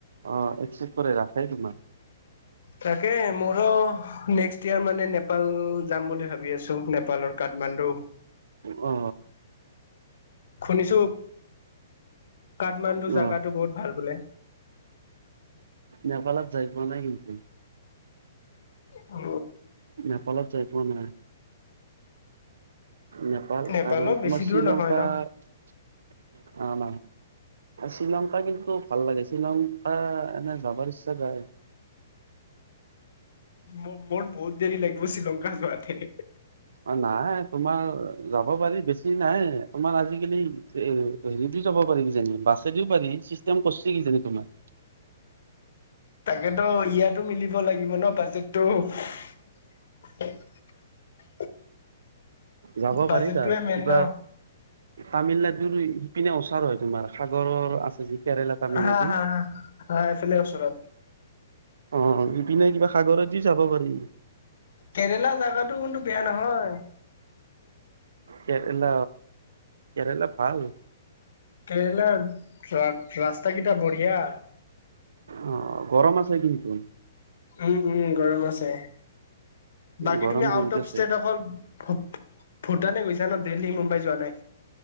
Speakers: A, on the right; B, on the left.
A: অ একচেপ্ত কৰে ৰাখে তোমাৰ।
B: তাকে মোৰ। নেক্সট ইয়াৰ মানে নেপাল যাম বুলি ভাবি আছো। নেপালৰ কাঠমাণ্ডু।
A: অ।
B: শুনিছো, কাঠমাণ্ডু
A: অ
B: জাগাটো বহুত ভাল বোলে।
A: নেপালত যাই পোৱা নাই কিন্তু।
B: অ।
A: নেপালত যায় পোৱা নাই। নেপাল
B: নেপালো
A: আৰু
B: বেছি
A: তোমাৰ শ্ৰীলংকা
B: দূৰ নহয় ন
A: অ না। শ্ৰীলংকা কিন্তু ভাল লাগে, শ্ৰীলংকা এনে যাব ইচ্ছা যায়।
B: মোৰ বহুত দেৰি লাগিব শ্ৰীলংকাৰ যোৱাতে।
A: অ নাই তোমাৰ যাব পাৰি, বেছি নাই তোমাৰ আজিকালি এ হেৰি দি যাব পাৰি কিজানি, বাছে দিও পাৰি, চিষ্টেম কৰচি কিজানি তোমাৰ।
B: তাকেতো ইয়াতো মিলিব লাগিব ন বাজেটটো। <unintelligible>
A: যাব
B: বাজেটটোৱে
A: পাৰি তাত,
B: মেইন
A: কিবা।
B: ন
A: তামিলনাডুৰ ইপিনে ওচৰ হয় তোমাৰ, সাগৰৰ আছে যি কেৰেলা। তামিলনাডু
B: হা, হা, হা এইফালে ওচৰত।
A: অঁ ইপিনে কিবা সাগৰে দি যাব পাৰি।
B: কেৰেলা জোগাটো কিন্তু বেয়া নহয়।
A: কেৰেল, কেৰেলা ভাল।
B: কেৰেলাৰ, ৰাস্তা কিটা বঢ়িয়া।
A: অ গৰম আছে কিন্তু।
B: উম' উম' গৰম আছে, বাকী
A: গৰম
B: তুমি আউট
A: বহুত
B: অফ
A: আছে
B: ষ্টেট অকল। ভূটানে গৈছা ন, দেল্হী মুম্বাই যোৱা নাই?